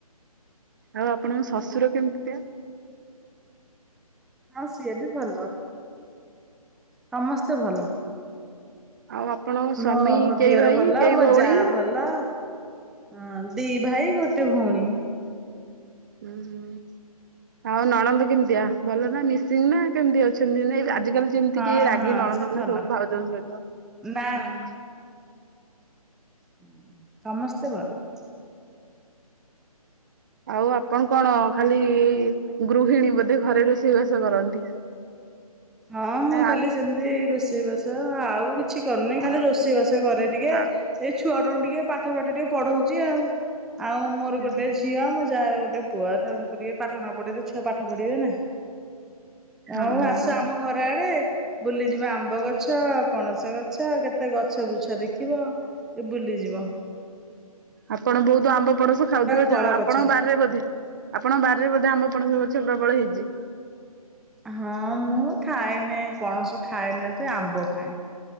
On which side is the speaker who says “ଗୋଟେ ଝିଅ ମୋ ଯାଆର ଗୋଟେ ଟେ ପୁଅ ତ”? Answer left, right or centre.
Centre